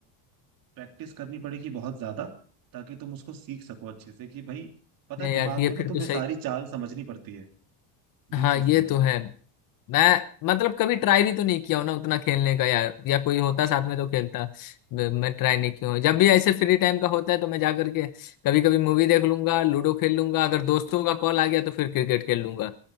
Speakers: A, on the right; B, on the left.
A: प्रैक्टिस करनी पड़ेगी बहुत ज्यादा ताकि तुम उसको सीख सको अच्छे से कि भाई पता
B: नहीं
A: है दिमाग
B: यार ये
A: में ना
B: फिर
A: तुम्हें
B: तो सही
A: सारी चाल समझनी पड़ती है
B: हाँ
A: ये चीजें
B: ये
A: हैं
B: तो
A: इसमें
B: है मैं मतलब कभी ट्राई भी तो नहीं किया हूं ना उतना खेलने का यार या कोई होता साथ में तो खेलता मैं मैं ट्राई नहीं किया हूं। जब भी ऐसे फ्री टाइम का होता है तो मैं जा करके कभी कभी मूवी देख लूंगा लूडो खेल लूंगा अगर दोस्तों का कॉल आ गया तो फिर क्रिकेट खेल लूंगा